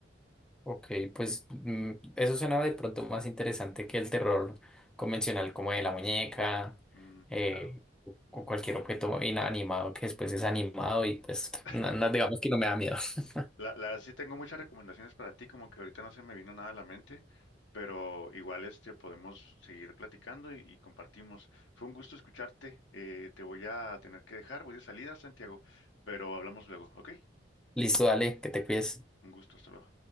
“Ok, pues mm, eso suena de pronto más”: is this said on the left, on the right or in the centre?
Centre